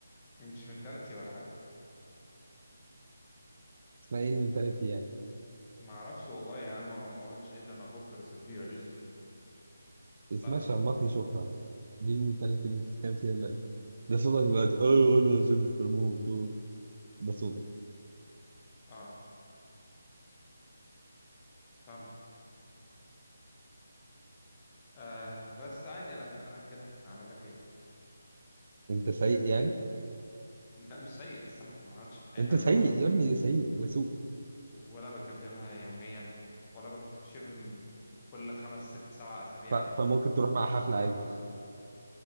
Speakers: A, on the left; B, on the right.
A: مش منتاليتي ولا حاجه
B: اسمها ايه المنتاليتي يعني
A: ما اعرفش والله يعني انا ما ما قلتش ايه ده انا افكر زبيها الاسم
B: اسمها
A: لا ما
B: شرمطني شكرا دي المنتاليتي اللي انت بتتكلم فيها دلوقتي ده صوتك دلوقتي اه
A: اه,
B: انا نزلت في الموت آه. ده صوتك
A: آه. فاهمك آه بس عادي انا انا كده هعمل لك ايه
B: انت سيء يعني
A: لا مش سيء بس انا ما عملتش اي
B: انت
A: حاجه
B: سيء
A: غلط
B: يا ابني سيء ده سوء
A: ولا بكلمها يوميا ولا بك شبه م- كل خمس ست سبع أسابيع
B: ف... فممكن
A: تخ-
B: تروح مع
A: تخش
B: حفلة
A: تسلم
B: عادي
A: على الأستاذ